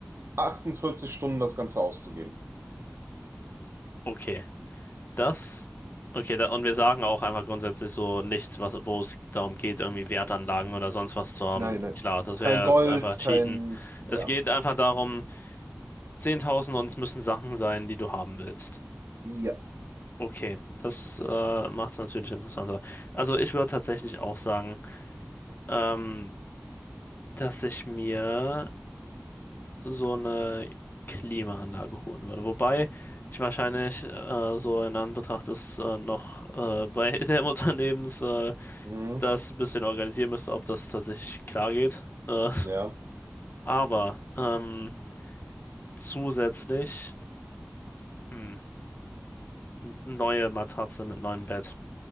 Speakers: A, on the right; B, on the left.
A: 48 Stunden, das Ganze auszugeben.
B: okay. Das, okay, da, und wir sagen auch einfach grundsätzlich so nichts, was, wo es darum geht, irgendwie Wertanlagen oder sonst was zu haben.
A: Nein, nein.
B: Klar, das
A: Kein
B: wäre
A: Gold,
B: einfach Cheaten.
A: kein. Ja.
B: Es geht einfach darum, 10.000 und es müssen Sachen sein, die du haben willst.
A: Ja.
B: Okay, das äh, macht es natürlich interessanter. Also, ich würde tatsächlich auch sagen, ähm, dass ich mir. so eine Klimaanlage holen würde. Wobei ich wahrscheinlich äh, so in Anbetracht des äh, noch äh, bei <laughs> dem Unternehmens äh,
A: Mhm.
B: das ein bisschen organisieren müsste, ob das tatsächlich klar geht. Äh,
A: Ja.
B: aber ähm, zusätzlich hm, neue Matratze mit neuem Bett.